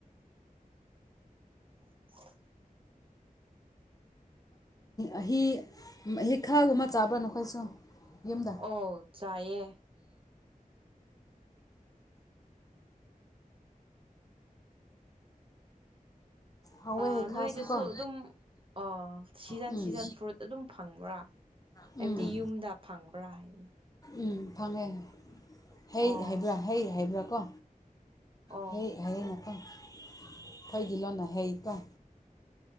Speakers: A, on the right; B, on the left.
A: <inaudible>
B: ꯑꯤ ꯃꯍꯤ ꯈꯥꯒꯨꯝꯕ ꯆꯥꯕ꯭ꯔꯥ ꯅꯈꯣꯏꯁꯨ ꯌꯨꯝꯗ
A: ꯍꯣ ꯆꯌꯦ
B: ꯍꯥꯎꯋꯦ
A: ꯑꯥ
B: ꯍꯩꯈꯥꯁꯨꯀꯣ
A: ꯅꯣꯏꯗꯁꯨ ꯑꯗꯨꯝ ꯑꯥ ꯁꯤꯖꯟ
B: ꯎꯝ
A: ꯁꯤꯖꯟ
B: ꯎꯝ
A: ꯐ꯭ꯔꯨꯏꯠ ꯑꯗꯨꯝ ꯐꯪꯕ꯭ꯔꯥ
B: ꯎꯝ
A: ꯍꯥꯏꯕꯗꯤ
B: ꯎꯝ
A: ꯌꯨꯝꯗ ꯐꯪꯕ꯭ꯔꯥ ꯍꯥꯏꯕꯅꯤ
B: ꯎꯝ ꯐꯪꯉꯦ ꯍꯩ
A: ꯑꯣ
B: ꯍꯥꯏꯕ꯭ꯔꯥ ꯍꯩ ꯍꯥꯏꯕ꯭ꯔꯥ ꯀꯣ
A: ꯑꯣ
B: ꯍꯩ ꯍꯌꯦꯅꯀꯣ ꯑꯩꯈꯣꯏꯒꯤ ꯂꯣꯟꯅ ꯍꯩꯀꯣ